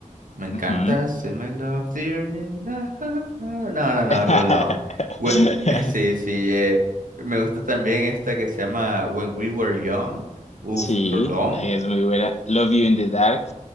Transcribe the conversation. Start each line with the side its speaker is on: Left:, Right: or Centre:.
Right: Me encanta
Left: Ujú.
Right: Send My Love, Dear New Love. No, no, no,
Left: <laughs>
Right: Rolón. Bue- <laughs> Sí, sí, eh, me gusta también esta que se llama When We Were Young. Uf,
Left: Sí,
Right: Rolón.
Left: es muy buena. Love You in the Dark,